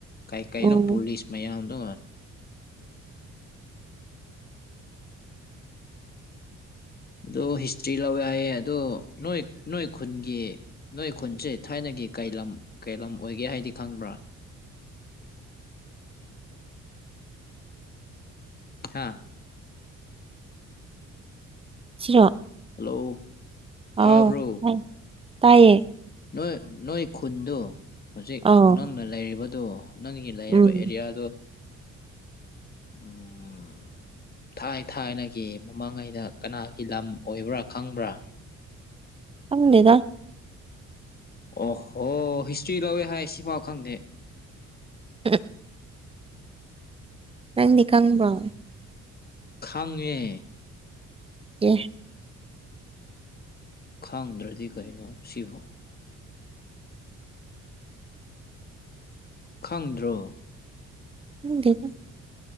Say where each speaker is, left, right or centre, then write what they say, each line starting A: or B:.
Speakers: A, on the left (about 30°); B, on the right (about 20°).
A: ꯀꯩ ꯀꯩꯅꯣ
B: ꯎꯝ
A: ꯄꯨꯂꯤꯁ ꯃꯌꯥꯝꯗꯣ ꯑꯗꯣ ꯍꯤꯁꯇ꯭ꯔꯤ ꯂꯧꯋꯦ ꯍꯥꯏꯌꯦ ꯑꯗꯣ ꯅꯣꯏ ꯅꯣꯏ ꯈꯨꯟꯒꯤ ꯅꯣꯏ ꯈꯨꯟꯁꯦ ꯊꯥꯏꯅꯒꯤ ꯀꯩ ꯂꯝ ꯀꯩ ꯂꯝ ꯑꯣꯏꯒꯦ ꯍꯥꯏꯗꯤ ꯈꯪꯕ꯭ꯔꯥ ꯍꯥꯥ
B: ꯁꯤꯔꯣ
A: ꯍꯜꯂꯣ ꯇꯥꯕ꯭ꯔꯣ
B: ꯑꯥꯎ <unintelligible> ꯇꯥꯏꯌꯦ
A: ꯅꯣꯏ ꯅꯣꯏ ꯈꯨꯟꯗꯨ ꯍꯧꯖꯤꯛ
B: ꯑꯥꯎ
A: ꯅꯪꯅ ꯂꯩꯔꯤꯕꯗꯨ ꯅꯪꯒꯤ ꯂꯩꯔꯕ
B: ꯎꯝ
A: ꯑꯦꯔꯤꯌꯥꯗꯣ ꯎꯝ ꯊꯥꯏ ꯊꯥꯏꯅꯒꯤ ꯃꯃꯥꯡꯉꯩꯗ ꯀꯅꯥꯒꯤ ꯂꯝ ꯑꯣꯏꯕ꯭ꯔꯥ ꯈꯪꯕ꯭ꯔꯥ
B: ꯈꯪꯗꯦꯗ
A: ꯑꯣꯍꯣ ꯍꯤꯁꯇ꯭ꯔꯤ ꯂꯧꯋꯦ ꯍꯥꯏ ꯁꯤꯐꯥꯎ ꯈꯪꯗꯦ
B: ꯍꯨꯝ ꯅꯪꯗꯤ ꯈꯪꯕ꯭ꯔꯣ
A: ꯈꯪꯉꯦ
B: ꯌꯦ
A: ꯈꯪꯗ꯭ꯔꯗꯤ ꯀꯩꯅꯣ ꯁꯤꯕꯣ ꯈꯪꯗ꯭ꯔꯣ
B: ꯈꯪꯗꯦꯗ